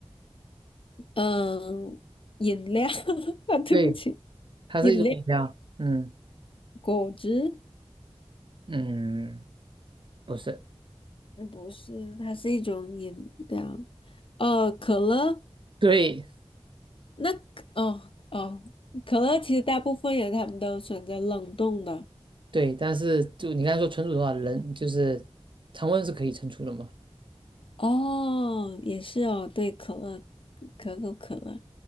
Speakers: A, on the left; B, on the right.
A: 嗯，饮料 <laughs> 啊，对不起，
B: 对，它是一种饮料，
A: 饮料，
B: 嗯
A: 果汁，
B: 嗯，不是，
A: 嗯不是，它是一种饮料。呃，可乐，
B: 对
A: 那哦哦，可乐其实大部分人他们都选择冷冻的。
B: 对，但是就你刚才说存储的话，人就是常温是可以存储的嘛，
A: 哦，也是哦，对，可乐，可口可乐。